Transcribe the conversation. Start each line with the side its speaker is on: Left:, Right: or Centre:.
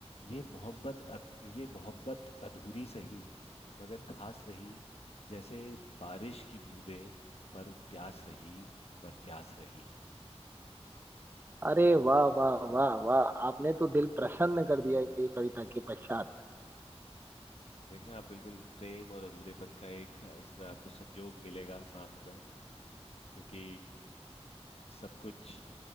Left: ये मोहब्बत अध- ये मोहब्बत अधूरी सही मगर खास रही जैसे बारिश की बूंदें पर प्यास रही पर प्यास रही
Right: अरे वाह वाह वाह वाह आपने तो दिल प्रसन्न कर दिया ये कविता के पश्चात
Left: देख रहे हैं आप बिल्कुल प्रेम और अधूरेपन का एक अ, इसमें आपको संजोग मिलेगा साथ में क्योंकि सब कुछ